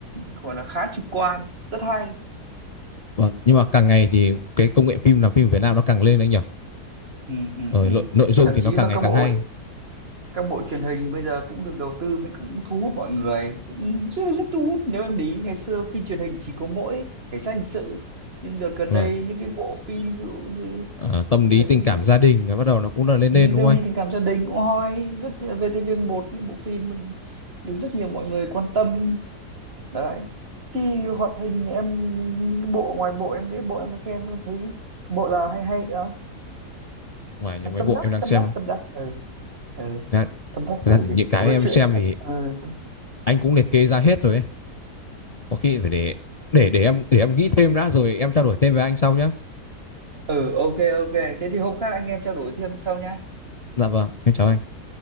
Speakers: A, on the right; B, on the left.
A: gọi là khá trực quan rất hay
B: vâng. Nhưng mà càng ngày thì cái công nghệ phim làm phim Việt Nam nó càng lên anh nhỉ?
A: ừ ừ
B: Rồi
A: ừ
B: nội, nội dung
A: thậm
B: thì
A: chí
B: nó càng
A: mà
B: ngày
A: các
B: càng
A: bộ
B: hay.
A: các bộ truyền hình bây giờ cũng được đầu tư mới cũng thu hút mọi người cũng rất rất thu hút nếu em để ý ngày xưa phim truyền hình chỉ có mỗi cảnh sát hình sự nhưng đợt gần
B: Vâng.
A: đây những cái bộ phim ví dụ như
B: À, tâm
A: như
B: lý
A: là
B: tình
A: gì
B: cảm
A: nhỉ
B: gia đình nó bắt đầu nó cũng là lên
A: ừ,
B: lên đúng
A: đêm
B: không anh?
A: đi tình cảm gia đình cũng hoi rất VTV1 những bộ phim mình được rất nhiều mọi người quan tâm đấy thì hoạt hình em những cái bộ ngoài bộ em mấy bộ em xem em thấy bộ là hay hay nữa
B: Ngoài những
A: em
B: mấy
A: tâm
B: bộ
A: đắc
B: em đang
A: tâm
B: xem
A: đắc
B: á.
A: tâm đắc ừ ừ.
B: ra,
A: tâm đắc
B: ra
A: bộ
B: thì
A: gì
B: những cái
A: hoặc là
B: em
A: chuyện
B: xem thì
A: ờ, tâm...
B: anh cũng liệt kê ra hết rồi ấy. Có khi phải để để để em để em nghĩ thêm đã rồi em trao đổi thêm với anh sau nhá.
A: ừ ok ok thế thì hôm khác anh em trao đổi thêm sau nhá
B: Dạ vâng, em chào anh.